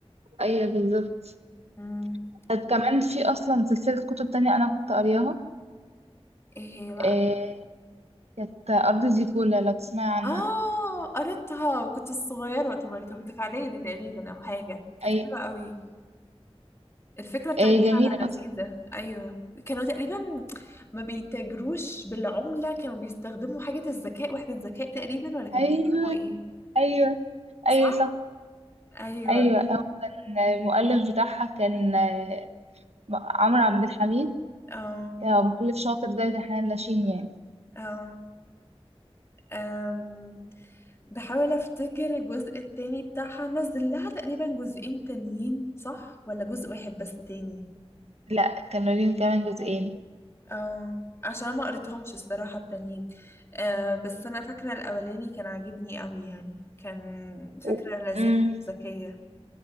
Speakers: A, on the right; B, on the left.
A: ايوه بالظبط
B: امم
A: طب كمان في اصلا سلسله كتب تانية انا كنت قارياها
B: ايه هي بقى
A: آه كانت ارض زيكولا لو تسمع عنها
B: اه قريتها كنت صغيرة وقت ما قريتها كنت في اعدادي تقريبا او حاجة كانت
A: ايوه
B: حلوة قوي الفكرة بتاعتها
A: آه جميله
B: لذيذة
A: اصلا
B: ايوه كانوا تقريبا ما بيتاجروش بالعملة كانوا بيستخدموا حاجة الذكاء وحدة ذكاء تقريبا ولا كانوا
A: ايوه
B: بيستخدموا ايه
A: ايوه ايوه
B: صح
A: صح
B: ايوه
A: ايوه هو كان المؤلف بتاعها كان آه، عمرو عبد الحميد
B: اه
A: كمؤلف شاطر زي دحان لاشين يعني
B: اه أم، بحاول افتكر الجزء التاني بتاعها نزل لها تقريبا جزئين تانيين صح ولا جزء واحد بس تاني
A: لا كانوا كمان جزئين
B: اه عشان ما قريتهمش الصراحة التانيين أه بس انا فاكرة الاولاني كان عاجبني قوي يعني كان فكرة
A: و-
B: لذيذة
A: مم،
B: وذكية